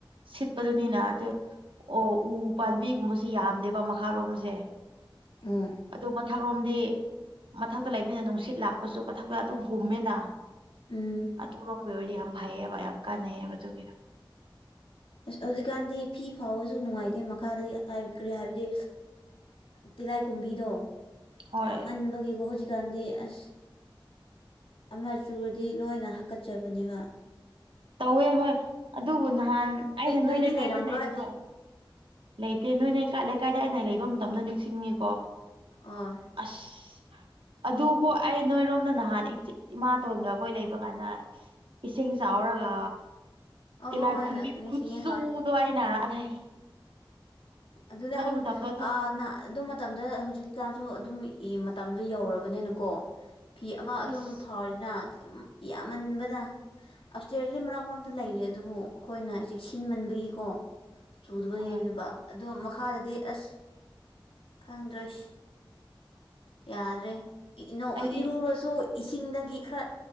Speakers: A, on the right; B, on the left.
A: ꯁꯤꯠꯄꯗꯨꯅꯤꯅ ꯑꯗꯨ ꯑꯣ ꯎ ꯄꯥꯝꯕꯤꯒꯨꯝꯕꯁꯨ ꯌꯥꯝꯗꯦꯕ ꯃꯈꯥꯔꯣꯝꯁꯦ
B: ꯎꯝ
A: ꯑꯗꯨ ꯃꯊꯛꯔꯣꯝꯗꯤ ꯃꯊꯛꯇ ꯂꯩꯕꯅꯤꯅ ꯅꯨꯡꯁꯤꯠ ꯂꯥꯛꯄꯁꯨ ꯃꯊꯛꯇ ꯑꯗꯨꯝ ꯍꯨꯝꯃꯦꯅ
B: ꯎꯝ
A: ꯑꯗꯨꯔꯣꯝꯒꯤ ꯑꯣꯏꯔꯗꯤ ꯌꯥꯝ ꯐꯩꯌꯦꯕ ꯌꯥꯝ ꯀꯥꯟꯅꯩꯌꯦꯕ ꯑꯗꯨꯒꯤ
B: ꯑꯁ ꯍꯧꯖꯤꯛꯀꯥꯟꯗꯤ ꯐꯤ ꯐꯥꯎꯕꯁꯨ ꯅꯨꯡꯉꯥꯏꯇꯦ ꯃꯈꯥꯗ ꯀꯔꯤ ꯍꯥꯏꯕꯗꯤ ꯇꯤꯂꯥꯏ ꯀꯣꯝꯕꯤꯗꯣ
A: ꯍꯣꯏ
B: ꯌꯥꯝ ꯃꯟꯕꯒꯤꯀꯣ ꯍꯧꯖꯤꯛꯀꯥꯟꯗꯤ ꯑꯁ ꯑꯁ ꯑꯃ ꯆꯨꯔꯗꯤ ꯂꯣꯏꯅ ꯍꯥꯀꯠꯆꯕꯅꯦꯕ
A: ꯇꯧꯋꯦ ꯍꯣꯏ ꯑꯗꯨꯕꯨ ꯅꯍꯥꯟ ꯑꯩꯅ ꯅꯣꯏ
B: ꯅꯣꯏꯗꯤ
A: ꯂꯩꯀꯥꯏꯗ
B: ꯂꯩꯔꯝꯔꯣꯏ
A: ꯂꯩꯕꯗꯣ ꯂꯩꯇꯦ ꯅꯣꯏꯅꯦꯀ ꯂꯩꯀꯥꯏꯗ ꯑꯩꯅ ꯂꯩꯕ ꯃꯇꯝꯗꯣ ꯅꯤꯡꯁꯤꯡꯉꯤꯀꯣ
B: ꯑꯣ
A: ꯑꯁ ꯑꯗꯨ ꯍꯣ ꯑꯩ ꯅꯣꯏꯔꯣꯝꯗ ꯅꯍꯥꯟ ꯏꯃꯥꯇꯣꯟꯒ ꯑꯩꯈꯣꯏ ꯂꯩꯕ ꯀꯥꯟꯗ ꯏꯁꯤꯡ ꯆꯥꯎꯔꯒ
B: ꯑꯣ
A: ꯇꯤꯜꯍꯥꯏ
B: ꯍꯣꯏ ꯍꯣꯏ
A: ꯈꯨꯨꯝꯕꯤ
B: ꯅꯤꯡꯁꯤꯡꯉꯦ
A: ꯈꯨꯠꯁꯨꯗꯣ
B: ꯍꯣꯏ
A: ꯑꯩꯅ ꯑꯗꯩ
B: ꯑꯗꯨꯗ ꯍꯧ
A: ꯃꯇꯝꯗꯣ ꯑꯗꯨ
B: ꯑ <unintelligible> ꯑꯗꯨ ꯃꯇꯝꯗ ꯍꯧꯖꯤꯛꯀꯥꯟꯁꯨ ꯑꯗꯨꯝ ꯃꯇꯝꯗꯣ ꯌꯧꯔꯕꯅꯤꯅꯀꯣ ꯐꯤ ꯑꯃ ꯑꯗꯨꯝ
A: ꯑꯁ
B: ꯐꯥꯎꯔꯤꯅ ꯌꯥꯝꯃꯟꯕꯅ <unintelligible> ꯃꯔꯛ ꯃꯔꯛꯇ ꯂꯩꯔꯦ ꯑꯗꯨꯕꯨ ꯑꯩꯈꯣꯏꯅ ꯆꯦꯛ ꯁꯤꯟꯃꯟꯕꯒꯤꯀꯣ ꯆꯨꯗꯕꯅꯤꯕ
A: ꯍꯣꯏ
B: ꯑꯗꯣ ꯃꯈꯥꯗꯗꯤ ꯑꯁ ꯈꯪꯗꯔꯦ ꯌꯥꯗ꯭ꯔꯦ <unintelligible>
A: ꯑꯩꯗꯤ
B: ꯏꯔꯨꯔꯣ ꯆꯣ ꯏꯁꯤꯡꯗꯒꯤ ꯈꯔ